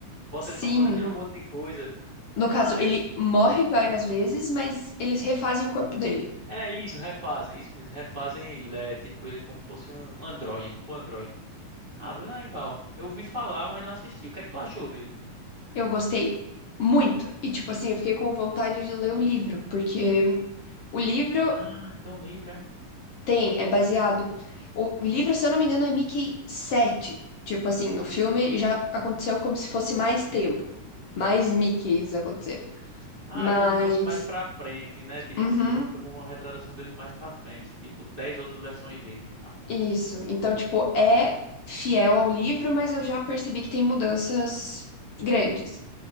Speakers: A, on the right; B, on the left.
A: Bota
B: Sim.
A: ele pra fazer <laughs> um monte de coisa.
B: No caso,
A: Ah,
B: ele
A: eu.
B: morre várias vezes, mas eles refazem o corpo dele.
A: É isso, refazem, isso mesmo, refazem ele, é tipo ele como fosse um android tipo android. Ah, bem legal. Eu ouvi falar, mas não assisti. O que é que tu achou dele?
B: Eu gostei muito. E, tipo assim, eu fiquei com vontade de ler o livro, porque o livro
A: Ah, tão livre, é?
B: tem, é baseado. O livro, se eu não me engano, é Mickey sete Tipo assim, no filme já aconteceu como se fosse mais tempo. Mais Mickeys aconteceram.
A: Ah,
B: Mas.
A: é como se fosse mais pra frente, né? Tipo,
B: Uhum,
A: o filme foi com uma retratação dele mais pra frente. Tipo, dez outras versões dele a mais.
B: isso. Então, tipo, é fiel ao livro, mas eu já percebi que tem mudanças grandes.